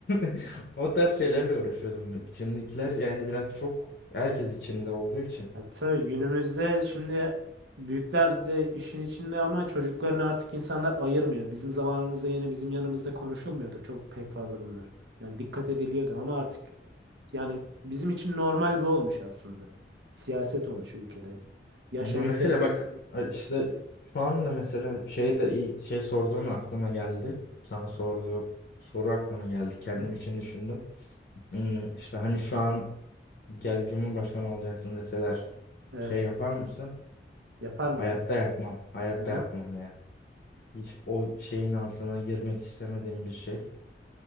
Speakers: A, on the left (about 55°); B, on the right (about 80°).
A: <laughs> o tarz şeylerle uğraşıyordum şimdikiler yani biraz çok herkes içinde olduğu için
B: Ha, tabii günümüzde şimdi büyükler de işin içinde ama çocuklarını artık insanlar ayırmıyor. Bizim zamanımızda yine bizim yanımızda konuşulmuyordu çok pek fazla bunlar. Yani dikkat ediliyordu ama artık yani bizim için normal bir olmuş aslında. Siyaset olmuş ülkede. Yaş
A: bu
B: ayırt
A: mesela
B: etmek
A: bak
B: istiyor.
A: işte şu anda mesela şey de iyi şey sorduğun aklıma geldi sana sorduğum soru aklıma geldi kendim
B: Hı hı.
A: için düşündüm Hmm, işte hani şu an gel Cumhurbaşkanı olacaksın deseler
B: Evet.
A: şey yapar mısın?
B: Yapar mıydın?
A: Hayatta yapmam. Hayatta
B: Neden?
A: yapmam ya. Hiç o şeyin altına girmek istemediğim bir şey.